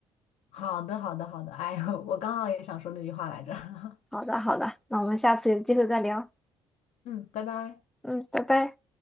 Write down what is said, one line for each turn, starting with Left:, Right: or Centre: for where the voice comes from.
Left: 好的，好的，好的。哎，呦，我刚好也想说那句话来着。<laughs>
Centre: 好的，好的，那我们下次有机会再聊。
Left: 嗯，拜拜。
Centre: 嗯，拜拜。